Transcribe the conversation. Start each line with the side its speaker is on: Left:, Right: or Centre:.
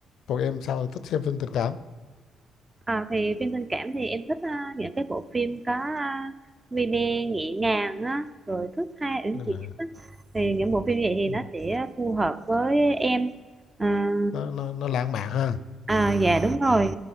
Left: còn em sao thích xem phim tình cảm
Right: À, thì phim tình cảm thì em thích à, những cái bộ phim có à, vi bê nhẹ nhàng á, rồi thước tha uyển
Left: à.
Right: chuyển á. Thì những bộ phim vậy thì
Left: ừ.
Right: nó sẽ phù hợp với em. À,
Left: nó, nó nó lãng mạn ha
Right: à dạ đúng rồi.